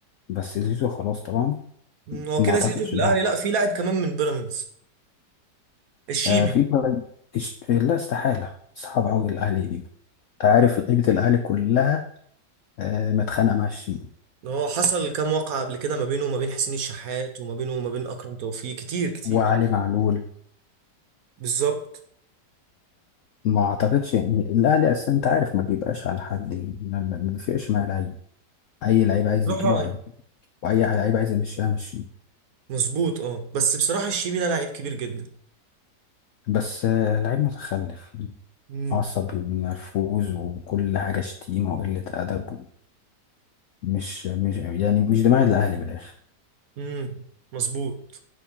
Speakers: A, on the left; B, on the right.
A: بس زيزو خلاص طبعا
B: مم، هو
A: ما
B: كده
A: اعتقدش
B: زيزو في الاهلي
A: ان هو
B: لا في لاعب كمان من بيراميدز الشيبي
A: آه في إبراهيم- إش- لا استحاله صعب قوي الاهلي دي انت عارف لعيبه الاهلي كلها آه متخانقه مع الشيبي
B: هو حصل كام واقعة قبل كده ما بينه وما بين حسين الشحات وما بينه وما بين اكرم توفيق كتير كتير
A: وعلي معلول
B: بالظبط
A: ما اعتقدش يعني الاهلي اصلا انت عارف ما بيبقاش على حد يعني ما ما- ما بيفرقش مع لعيب اي لعيب عايز
B: بصراحة
A: يجيبه هيجيبه واي لعيب عايز يمشيها مشيه
B: مظبوط اه بس بصراحة الشيبي ده لعيب كبير جدا
A: بس آه، لعيب متخلف يعني،
B: امم
A: عصبي ومنرفوز وكل حاجة شتيمة وقلة أدب مش مش يعني مش دماغ الأهلي من الآخر
B: امم مظبوط